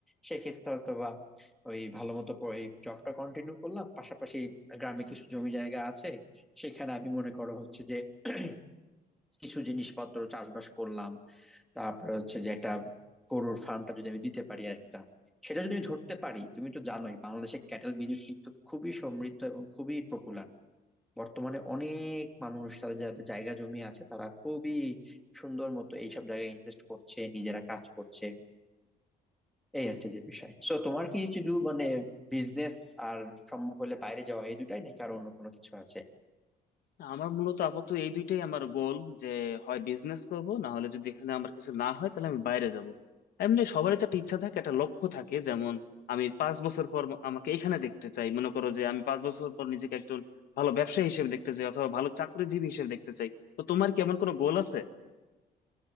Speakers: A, in the centre; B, on the left (about 70°).
A: সেক্ষেত্রে হয়তো ওই ভালো মতো প- এই জবটা কন্টিনিউ করলাম পাশাপাশি গ্রামে কিছু জমি জায়গা আছে সেখানে আমি মনে করো হচ্ছে যে <clears throat> কিছু জিনিসপত্র চাষবাস করলাম তারপরে হচ্ছে যে একটা গরুর ফার্মটা যদি আমি দিতে পারি একটা সেটা যদি আমি ধরতে পারি তুমি তো জানোই বাংলাদেশের ক্যাটেল বিজনেস কিন্তু খুবই সমৃদ্ধ এবং খুবই পপুলার বর্তমানে অনেক মানুষ তাদের যাদের জায়গা জমি আছে তারা খুবই সুন্দর মতো এইসব জায়গায় ইনভেস্ট করছে নিজেরা কাজ করছে এই হচ্ছে যে বিষয় সো তোমার কি শুধু মানে বিজনেস আর সম্ভব হলে বাইরে যাওয়া এই দুটাই নাকি আর অন্য কোনো কিছু আছে
B: আমার মূলত আপাতত এই দুইটাই আমার গোল যে হয় বিজনেস করব না হলে যদি এখানে আমার কিছু না হয় তাহলে আমি বাইরে যাব এমনি সবারই তো একটা ইচ্ছা থাকে একটা লক্ষ্য থাকে যেমন আমি পাঁচ বছর পর আমাকে এখানে দেখতে চাই মনে করো যে আমি পাঁচ বছর পর নিজেকে একজন ভালো ব্যবসায়ী হিসেবে দেখতে চাই অথবা ভালো চাকরিজীবী হিসেবে দেখতে চাই তো তোমার কি এমন কোনো গোল আছে